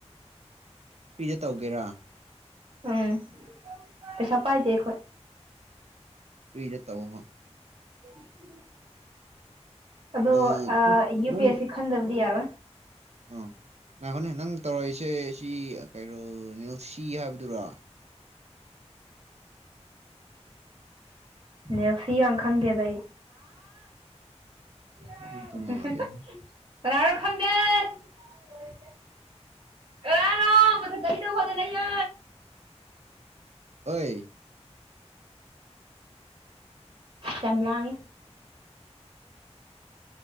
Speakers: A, on the right; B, on the right.
A: ꯄꯄꯤꯗ ꯇꯧꯒꯦꯔꯥ
B: ꯎꯝ ꯄꯩꯁꯥ ꯄꯥꯏꯗꯦ ꯑꯩꯈꯣꯏ
A: ꯇꯏꯖ ꯇꯎꯍ
B: <inaudible> ꯑꯗꯣ
A: ꯎꯝ
B: ꯌꯨ
A: ꯅꯪ
B: ꯄꯤ ꯑꯦꯁ ꯁꯤ ꯈꯟꯗꯕꯗꯤ ꯌꯥꯔꯣꯏ
A: ꯑꯥ ꯉꯥꯥꯏꯈꯣꯅꯦ ꯅꯪ ꯇꯧꯔꯛꯏꯁꯦ ꯁꯤ ꯀꯩꯅꯣ ꯅꯦꯜꯁꯤ ꯍꯥꯏꯕꯗꯨꯔꯥ
B: ꯅꯦꯜꯁꯤ ꯌꯥꯝ ꯈꯪꯗꯦꯗ ꯑꯩ <inaudible>
A: ꯑꯗꯨꯗꯤ ꯇꯣꯡꯉꯥꯜꯂꯦ
B: ꯀꯅꯥꯅꫭ ꯈꯪꯗꯦ ꯀꯩ ꯍꯥꯏꯅꫭ ꯃꯊꯛꯇ ꯀꯔꯤꯗ ꯈꯣꯗꯅ
A: ꯑꯣꯏ
B: ꯆ ꯂꯥꯡꯒꯦ